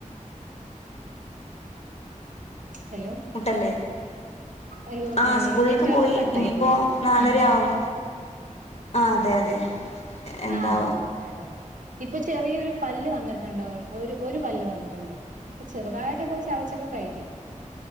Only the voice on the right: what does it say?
ഹലോ
അയ്യോ
ഞാൻ
നെറ്റ്വർക്ക്
കട്ടായി
പോയി
എൻ
ആഹ് അതെ അതെ ഇപ്പൊ ചെറിയൊരു പല്ല് വന്നിട്ടുണ്ടോ ഒരു ഒരു പല്ല് വന്നിട്ടുണ്ട് അപ്പൊ ചെറുതായിട്ടൊക്കെ ഒന്ന് ചവച്ച് കഴിക്കും